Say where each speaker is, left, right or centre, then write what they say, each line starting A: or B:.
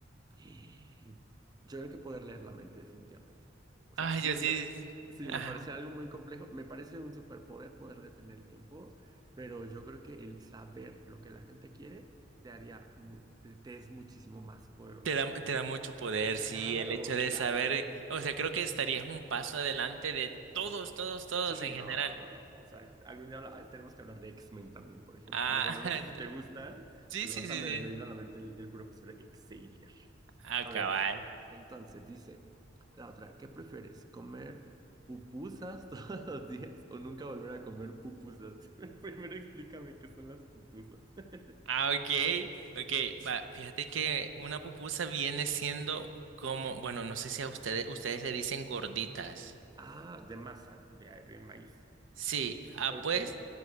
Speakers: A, on the right; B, on the right.
A: eh, Yo creo que poder leer la mente, definitivamente. O sea,
B: Ay,
A: sí
B: yo
A: me,
B: sí.
A: me-
B: sí, sí.
A: sí,
B: Ajá.
A: me parece algo muy complejo. Me parece un superpoder poder detener el tiempo, pero yo creo que el saber lo que la gente quiere te haría, mu- te te es muchísimo más poderoso.
B: Te da, te da mucho poder,
A: Claro,
B: sí, el hecho
A: claro.
B: de saber, o sea, creo que estarías un paso adelante de todos, todos, todos
A: Sí,
B: en
A: no,
B: general.
A: no, no. O sea, algún día habla- tenemos que hablar de X-Men también, por ejemplo.
B: Ah,
A: No, bueno,
B: <laughs>
A: no sé si te gustan.
B: sí,
A: Pues
B: sí,
A: ahorita
B: sí,
A: me,
B: sí.
A: me vino a la mente el, el profesor Xavier.
B: Acabar.
A: A ver, entonces dice la otra, ¿qué prefieres? ¿Comer pupusas <laughs> todos los días o nunca volver a comer pupusas? <laughs> Primero explícame qué son las pupusas. <laughs>
B: Ah, ok, ok. Va, fíjate que una pupusa viene siendo como, bueno, no sé si a ustedes, ustedes le dicen gorditas.
A: Ah, de masa, de, de maíz.
B: Sí, ah,
A: Ok.
B: pues,